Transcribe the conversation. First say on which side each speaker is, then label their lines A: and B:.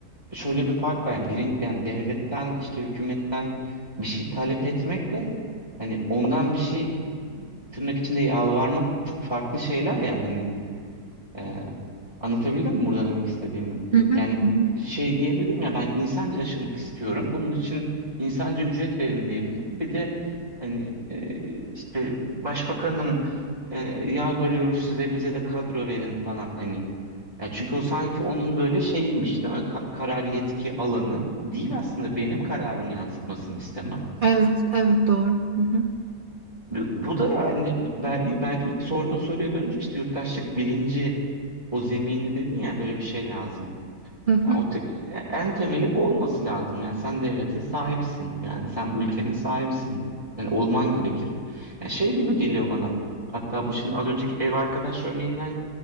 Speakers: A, on the right; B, on the right.
A: şöyle bir fark var yani, birin, yani devletten işte hükümetten bir şey talep etmekle hani ondan bir şey tırnak içinde yalvarmak çok farklı şeyler ya hani. Ee, anlatabildim mi burada demek istediğimi?
B: Hı hı,
A: Yani
B: hı hı.
A: şey diyebilirim ya ben insanca yaşamak istiyorum. Bunun için insanca ücret verin diyebilirim. Bir de hani e, işte başbakanım e, yalvarıyoruz size bize de kadro verin falan hani. Ya çünkü o sanki onun böyle şeyiymiş değil mi? Ka- karar yetki alanı değil aslında benim kararımı yansıtmasını istemem.
B: Evet, evet doğru. Hı hı,
A: Bu bu da yani bel- belki ilk sorduğun soruya dönünce işte yurttaşlık bilinci o zemini dedin ya böyle bir şey lazım.
B: hı hı.
A: Yani o te- en temeli bu olması lazım. Yani sen devletin sahibisin. Yani sen bu ülkenin sahibisin. Yani olman gerekir. Yani şey gibi geliyor bana. Hatta bu şimdi az önceki ev arkadaş örneğinden